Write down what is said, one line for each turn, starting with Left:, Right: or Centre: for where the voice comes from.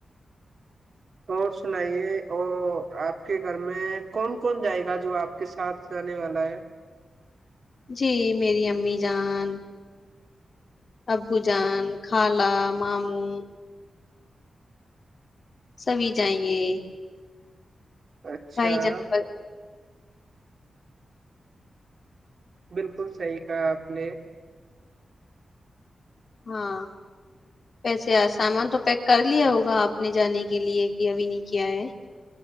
Right: اور سنائیے ا آپ کے گھر میں کون کون جائے گا جو آپ کے ساتھ رہاننے والا ہے
Left: جی میری امی جان ابو جان خالا ماموں سبھی جائیں گے
Right: اچھا
Left: بھائی
Right: <unintelligible>
Left: جان بس
Right: بالکل صحیح کہا آپ نے
Left: ہاں پسے سامان تو پیک کر لیا ہوگا آپ نے جانے کے لیے کہ ابھی نہیں کیا ہے